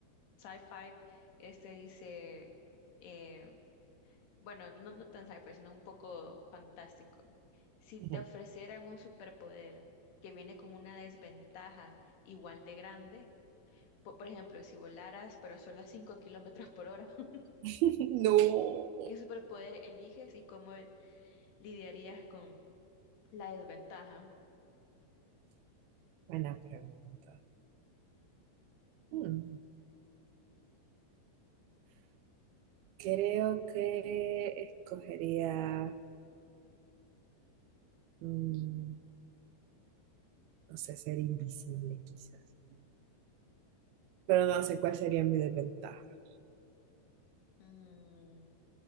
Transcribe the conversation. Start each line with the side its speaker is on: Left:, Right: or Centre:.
Left: sci-fi. Este dice, eh, bueno, no, no tan sci-fi, sino un poco fantástico. Si
Right: Ujú.
Left: te ofrecieran un superpoder que viene con una desventaja igual de grande, po- Por ejemplo, si volaras, pero solo a cinco kilómetros por hora, <laughs>
Right: <laughs> No.
Left: ¿qué superpoder eliges y cómo lidiarías con la desventaja?
Right: Buena pregunta. Hmm. Creo que escogería, mm, no sé, ser invisible quizás. Pero no sé cuál sería mi desventaja.
Left: Mm,